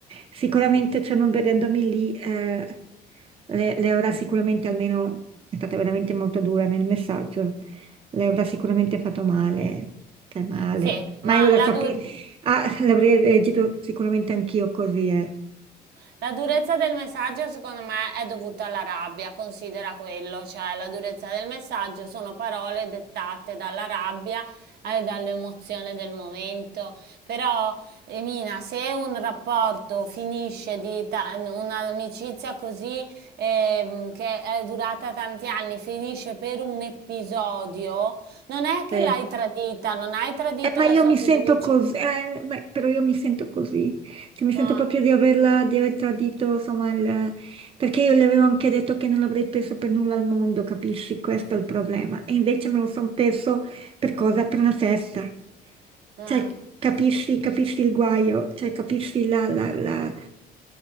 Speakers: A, on the right; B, on the right.
A: Sicuramente, cioè non vedendomi lì, eh, le, le avrà sicuramente almeno, è stata veramente molto dura nel messaggio, le avrà sicuramente fatto male, cioè male.
B: sì,
A: Ma
B: ma
A: io la
B: la
A: capisco,
B: durata...
A: ah, l'avrei reagito sicuramente anch'io così,
B: La durezza del messaggio secondo me è dovuta alla rabbia, considera quello, cioè la durezza del messaggio sono parole dettate dalla rabbia e dall'emozione del momento, però Emina, se un rapporto finisce di ta- un'amicizia così ehm, che è durata tanti anni, finisce per un episodio, non è che
A: eh.
B: l'hai tradita, non hai tradito
A: Eh, ma
B: la
A: io
B: sua
A: mi
B: fiducia.
A: sento così, eh, beh, però io mi sento così, cioè, mi sento
B: Ah,
A: proprio di averla, di aver tradito, insomma, il- perché io le avevo anche detto che non avrei perso per nulla al mondo, capisci? Questo è il problema. E invece me lo sono perso per cosa? Per una festa.
B: ah.
A: Cioè, capisci, capisci il guaio, cioè, capisci la, la, la,